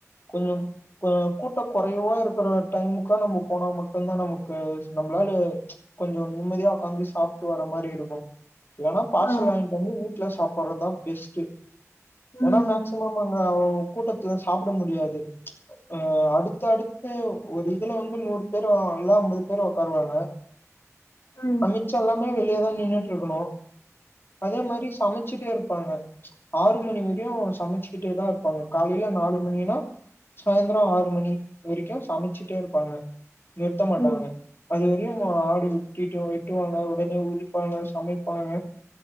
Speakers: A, on the left; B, on the left.
A: கொஞ்சம் கொஞ் கூட்டம் குறைவா இருக்கிற டைமுக்கா நம்ம போனா மட்டும்தான் நமக்கு நம்மளால கொஞ்ஜோம் நிம்மதியா உக்காந்து சாப்பிட்டு வர மாதிரி இரு ஆ இல்லன்னா பார்சல்
B: ஆ
A: வாங்கிட்டு வந்து ஊட்டுல சாப் ப்புறம் தான் பெஸ்ட்
B: ம்
A: ஏனா மேக்சிமம் அங்க‌ ஒ கூட்டத்துல சாப்பிட முடியாது அஹ் அடுத்த அடுத் ஒரு இதுல வந்து நூறு பேர் இல்ல அம்பது பேர் உடக்காருவாங்க
B: ம்
A: அமித்ஷால்லமே
B: ம்
A: வெளிய ஹா நின்னுட்டு இருக்கணும் அதே மாரி சமைச்சிட்டே இருப் இருப்பாங்க ஆறு மணி வரையும் சமைச்சுக்கிட்டே தான் இருப்பாங்க காலையில நாலு மணினா சாயந்திரம் ஆறு மணி வரைக்கும் சமைச்சிட்டே இருப்பாங்க நிறுத்த மாட்டாங்க
B: ஓ
A: அது ஒரு மா ஆடு கட்டிட்டு எட்டுவாங்க உடனே உதிப்பாங்க சமைப்பாங்க